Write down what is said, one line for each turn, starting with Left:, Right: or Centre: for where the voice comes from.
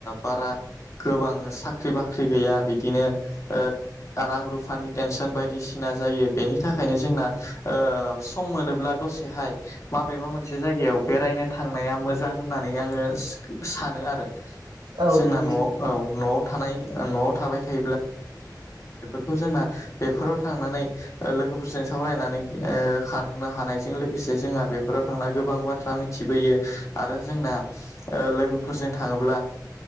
Left: बारा गोबां साख्रि बाख्रि गैया बिदि बिदिनो रां रुपा सुफानि टेनसन बायदिसिना जायो बेनि थाखायनो जोंना सम मोनोब्ला दसेहाय माबे मा मोनसे जायगायाव बेरायनो थांनाया मोजां होननानै आङो सानो आरो
Right: औ
Left: जोंना
Right: नंगौ नोंथां
Left: न'आव औ न'आव थानाय जोंना बेफोराव थांनानै लोगोफोरजों सावरायनानै खारहोनो हानायजों लोगोसे जोंहा बेफोराव थांना गोबां बाथ्रा मिथिबोयो आरो जोंना लोगोफोरजों थाङोब्ला